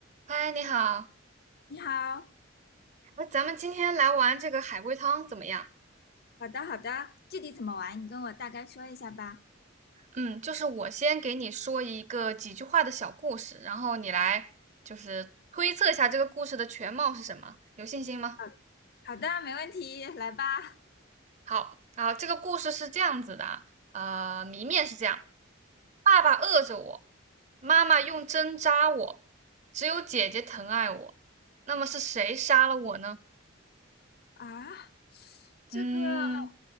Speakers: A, on the right; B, on the left.
A: 嗨，你好，
B: 你好，
A: 那咱们今天来玩这个海龟汤怎么样？
B: 好的好的，具体怎么玩，你跟我大概说一下吧。
A: 嗯，就是我先给你说一个几句话的小故事，然后你来就是推测一下这个故事的全貌是什么，有信心吗？
B: 好好的，没问题，来吧。
A: 好，然后这个故事是这样子的啊，呃，谜面是这样：爸爸饿着我，妈妈用针扎我，只有姐姐疼爱我。那么是谁杀了我呢？
B: 啊，这个
A: 嗯，